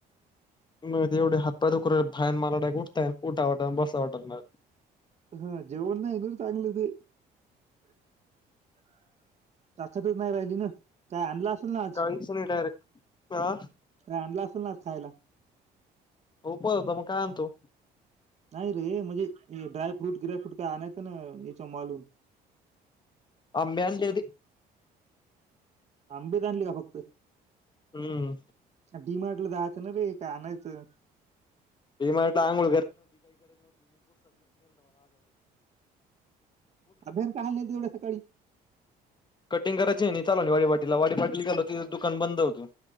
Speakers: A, on the left (about 25°); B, on the right (about 40°).
A: म ते एवढे हप्पा दुक भयान मारडा उठता उठा वाट बसाता वाटणार
B: <inaudible> ताकदच नाही राहिली ना काय आणला असेल ना आज
A: काहीच नाही डायरेक्ट हा
B: काय आणला असेल ना आज खायला
A: <inaudible> मग कायआणतो
B: नाही रे म्हणजे ड्रायफ्रूट गिरायफ्रूट काय आणायचं ना याच्या मालून
A: आंबे आणल्याती
B: आंबीच आणली का फक्त
A: हम्म
B: डीमार्टला राहातं ना रे का आणायचं
A: <unintelligible> उठलो
B: अभियान का हाल नाही एवढ्या सकाळी
A: कटिंग करायची आहे चाल वा वाट वाडी पाटली गाल होती दुकान बंद होत